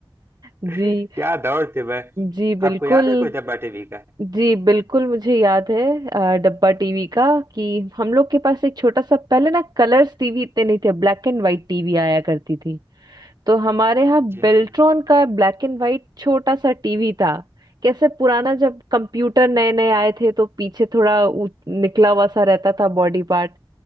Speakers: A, on the right (about 50°); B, on the right (about 30°).
A: जी
B: क्या दौर थे वह
A: जी बिल्कुल
B: आपको याद है कोई डब्बा टीवी का
A: जी बिल्कुल मुझे याद है अ, डब्बा टीवी का कि हम लोग के पास एक छोटा सा पहले ना कलर्स टीवी इतने नहीं थे ब्लैक एंड व्हाइट टीवी आया करती थी तो हमारे यहाँ
B: जी हाँ
A: बेल्ट्रॉन
B: जी हाँ
A: का ब्लैक एंड वाइट छोटा सा टीवी था कैसे पुराना जब कंप्यूटर नए नए आए थे तो पीछे थोड़ा ऊ- निकला हुआ सा रहता था बॉडी पार्ट